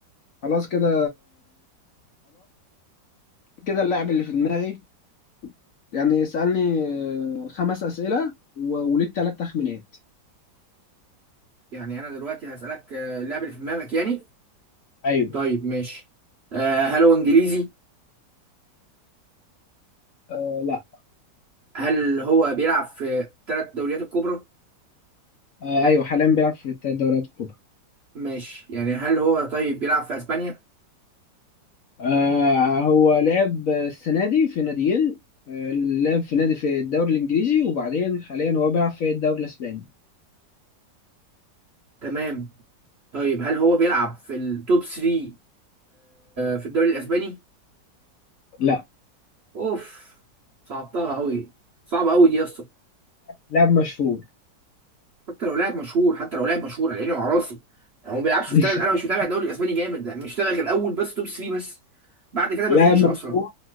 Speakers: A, on the left (about 55°); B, on the right (about 50°).
A: خلاص كده كده اللاعب اللي في دماغي يعني اسألني آه، خمس أسئلة و- وليك ثلاث تخمينات
B: يعني انا دلوقتي هسألك آه، اللعب اللي في دماغك يعني
A: ايوه
B: طيب ماشي آه، هل هو انجليزي
A: آه لا
B: هل هو بيلعب في ثلاث دوريات الكبرى
A: آه ايوه حاليا بيلعب في الثلاث دوريات الكبرى
B: ماشي يعني هل هو طيب بيلعب في اسبانيا
A: آه هو لعب السنة دي في ناديين آه لعب في نادي في الدوري الإنجليزي وبعدين حاليا هو بيلعب في الدوري الإسباني
B: تمام طيب هل هو بيلعب في التوب 3 في الدوري الاسباني
A: لا
B: اوف صعبتها قوي صعبة قوي دي يا اسطى
A: لاعب مشهور
B: حتى لو لاعب مشهور حتى لو لاعب مشهور على عيني وعلى راسي يعني هو ما بيلعبش
A: <laughs>
B: في ثلاث انا مش متابع الدوري الاسباني جامد يعني مش متابع غير الاول بس توب 3 بس بعد كده
A: لاعب
B: ما فيش اصلا
A: مشهور